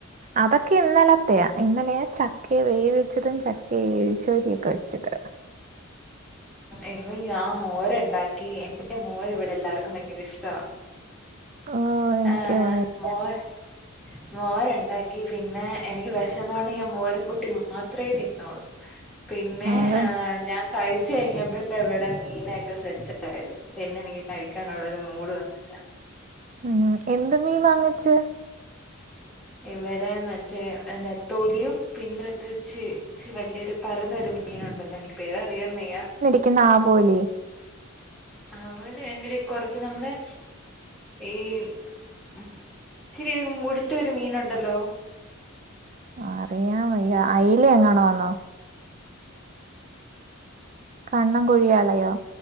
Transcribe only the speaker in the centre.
ഇന്നും ഞാ മോര്ണ്ടാക്കി എന്റെ മോരിവ്ടെ എല്ലാർക്കും ഭയങ്കെര ഇഷ്ടവാ
ആഹ്
മോര് മോരൊണ്ടാക്കി പിന്നെ എനിക്ക് വെശന്നോണ്ട് ഞാൻ മോരും കൂട്ടി മാത്രേ തിന്നോള്ളൂ പിന്നെ
ഏഹ് ഞാൻ കഴിച്ച് കഴിഞ്ഞപ്പഴാ ഇവടെ മീനൊക്കെ സെറ്റായത് പിന്നെ എനിക്ക് കഴിക്കാനൊള്ളൊരു മൂഡ് വന്നില്ലാ
ഇവെടെ മറ്റേ നെത്തോലിയും പിന്നൊരു ച്ച് ച്ചിരി വല്ല്യൊരു പരന്നൊരു മീ മീനുണ്ടല്ലോ എനിക്ക് പേരറിയാം വെയ്യാ
ആവാേലി അയ്ന്റെടെ കൊറച്ച് നമ്മുടെ ഈ ഇച്ചിരി മുടുത്ത ഒരു മീനുണ്ടല്ലോ